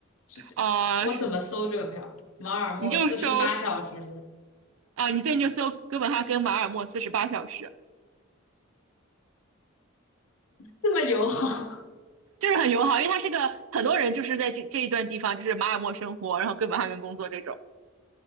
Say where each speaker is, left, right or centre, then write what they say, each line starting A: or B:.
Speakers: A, on the left; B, on the right.
A: 是这，
B: 呃，
A: 我怎么搜这个票？马尔默四十八小时，
B: 你就搜啊、你对，你就搜哥本哈根、马尔默四十八小时。
A: 这么友好。
B: 就是很友好，因为它是个很多人就是在这这一段地方，就是马尔默生活，然后哥本哈根工作这种。